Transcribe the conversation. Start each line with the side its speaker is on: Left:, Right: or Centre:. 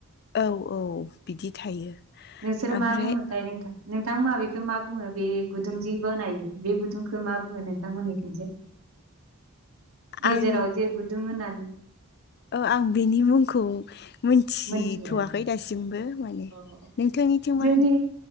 Left: औ औ। बिदि थायो।
Right: नोंसोर
Left: ओमफ्राय
Right: मा बुंङो थाय। नोंथांमोनहा बेखौ मा बुङो बे गुदुं जि बानायो बे गुदुंखौ मा बुङो नोंथांमोननिथिंजाय। गेजेराव
Left: आं
Right: जे गुदुं होनानै।
Left: ओ आं बिनि मुंखौ। मोनथिथ'वाखै
Right: मोनथिया
Left: दासिमबो माने
Right: अ
Left: नोंथांनिथिं
Right: जोंनि
Left: मा होनो।